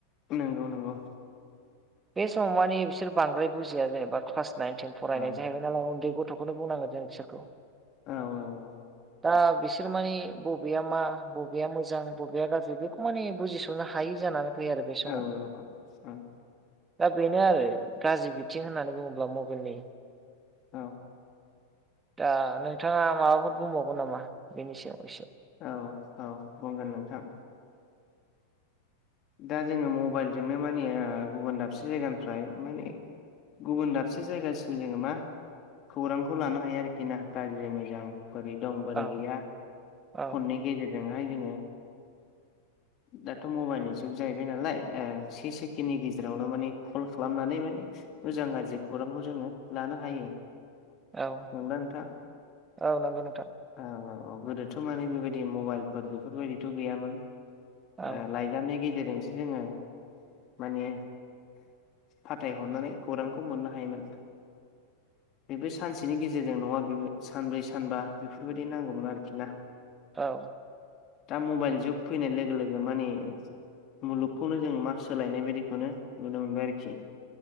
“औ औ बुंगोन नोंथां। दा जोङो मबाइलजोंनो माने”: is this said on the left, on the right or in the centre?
Left